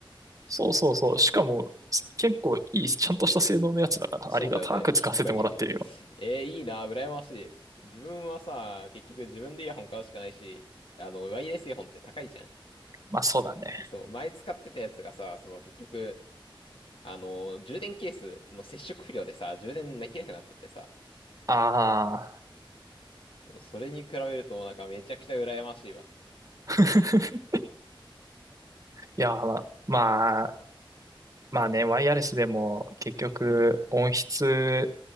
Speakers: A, on the right; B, on the left.
A: そうそうそう。しかも、結構いい、ちゃんとした性能のやつだから、
B: <laughs> そうだよね。
A: ありがたく使わせてもらってるよ。
B: 聞く限り。えー、いいな、羨ましい。自分はさ、結局自分でイヤホン買うしかないし、あの、ワイヤレスイヤホンって高いじゃん。
A: まあそうだね。
B: そう、前使ってたやつがさ、その結局、あの、充電ケースの接触不良でさ、充電できなくなっちゃってさ、
A: ああ。
B: それに比べるとなんかめちゃくちゃ羨ましいわ。
A: <laughs> いや、まあ、<laughs> まあ、まあね、ワイヤレスでも結局音質、